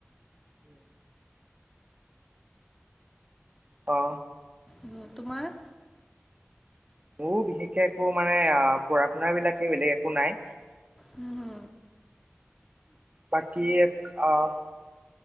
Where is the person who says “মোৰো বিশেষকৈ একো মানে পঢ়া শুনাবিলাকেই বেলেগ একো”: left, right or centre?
Right